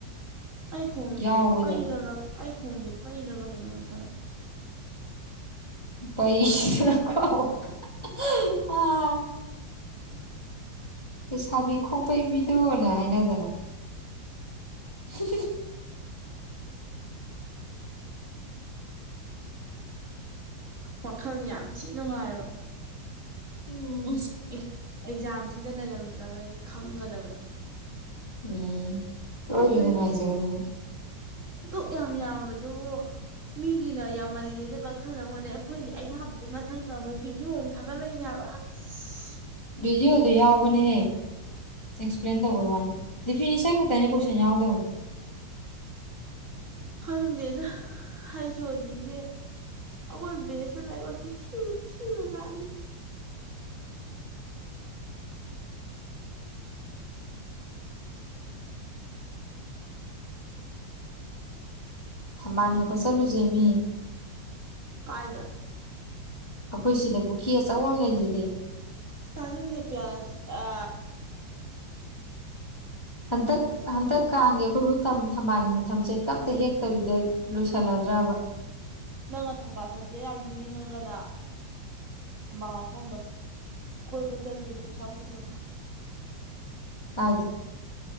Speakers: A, on the right (about 45°); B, on the left (about 15°).
A: ꯑꯩ ꯈꯣꯡꯖꯦ
B: ꯌꯥꯎꯕꯁꯦ
A: ꯄꯩꯔꯕ꯭ꯔꯥ ꯑꯩ ꯈꯣꯡꯖꯦ ꯄꯩꯔꯕ꯭ꯔꯥ ꯀꯩꯅꯣꯝ ꯇꯧꯏ
B: ꯄꯩꯁꯥꯀꫭ <unintelligible>
A: <unintelligible>
B: ꯂꯩꯁꯥꯕꯤ ꯈꯣꯡꯄꯩꯕꯤꯗꫭꯅ ꯍꯥꯏꯅꯗꯅ <unintelligible>
A: ꯋꯥꯈꯜꯗꯤ ꯌꯥꯝ ꯊꯤ ꯅꯨꯡꯉꯥꯏꯕ
B: ꯎꯝ
A: ꯑꯦꯛ ꯑꯦꯛꯖꯥꯝꯁꯤꯗ ꯂꯩꯔꯝꯗ꯭ꯔꯒꯗꯤ ꯈꯪꯒꯗꯕꯅꯤ
B: ꯎꯝ ꯑꯣꯏ
A: ꯂꯥꯏꯔꯤꯛ
B: ꯅꯨꯡꯉꯥꯏꯖꯔꯝꯅꯤ
A: ꯗꯨꯛ ꯌꯥꯝ ꯌꯥꯝꯕꯗꯨ ꯃꯤꯒꯤꯅ ꯌꯥꯝꯃꯜꯂꯦꯅ ꯀꯛꯊꯅꯕ ꯍꯣꯠꯅꯩ ꯑꯩꯈꯣꯏꯅ ꯑꯌꯥꯝꯕꯗꯨꯏ ꯃꯊꯛꯇ ꯑꯃꯨꯛ ꯕꯤꯗꯤꯑꯣ ꯑꯃꯨꯛ ꯊꯥꯡꯒꯠꯂꯛꯏꯅꯦ ꯍꯥꯏꯕ <unintelligible> <unintelligible>
B: ꯕꯤꯗꯤꯌꯣꯗ ꯌꯥꯎꯕꯅꯦ ꯑꯦꯛꯁꯄ꯭ꯂꯦꯟ ꯇꯧꯕꯩ ꯋꯥꯟ ꯗꯤꯐꯤꯅꯤꯁꯟ ꯈꯛꯇꯅꯦ ꯀꯣꯏꯁꯟ ꯌꯥꯎꯗꯝ
A: ꯈꯪꯗ‌ꯦꯗꯥ ꯌꯩꯁꯑꫭꯗꯤꯖꯦ ꯑꯈꯣꯏ ꯕꯦꯁꯦ ꯂꯥꯏꯕꯛ ꯆꯤ ꯊꯤꯗꯤ ꯊꯤꯕ ꯖꯥꯠꯅꯤ
B: ꯊꯝꯕꯥꯜ ꯍ‌ꯦꯛꯄ ꯆꯠꯂꯨꯁꯦ ꯃꯤ
A: ꯀꯥꯏꯗ
B: ꯑꯩꯈꯣꯏ ꯁꯤꯗ ꯄꯨꯈ꯭ꯔꯤ ꯑꯆꯧꯕ ꯑꯃ ꯂꯩꯁꯤꯗꯦ
A: ꯇꯥꯅꯤꯡꯗ‌ꯦ ꯅꯦꯄꯦꯌꯥꯅꯁꯤ ꯑ
B: ꯍꯟꯇꯛ ꯍꯟꯇꯛ ꯀꯥꯡꯒꯤꯦ ꯑꯩꯈꯣꯏꯕꯨ ꯊꯝꯕꯥꯟ ꯊꯝꯆꯦꯠ ꯀꯝꯇ ꯍꯦꯛꯇꯕꯤꯗ ꯂꯣꯏꯁꯜꯂꯗ꯭ꯔꯕ
A: ꯅꯪꯅ ꯊꯝꯕꯥꯜ ꯊꯝꯁꯦ ꯌꯥꯝ ꯍꯤꯡꯅꯤꯡꯉꯒꯅ ꯊꯝꯕꯥ ꯍꯥꯐꯝꯗ ꯀꯣꯏꯕ ꯆꯠꯂꯨꯁꯦ ꯄꯩꯁꯥ ꯄꯨꯊꯣꯔꯛ
B: ꯀꯥꯏꯗꯦ